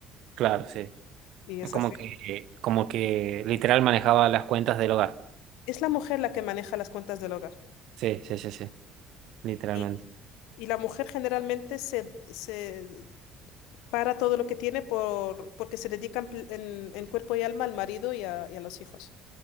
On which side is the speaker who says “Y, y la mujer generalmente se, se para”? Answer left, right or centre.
Left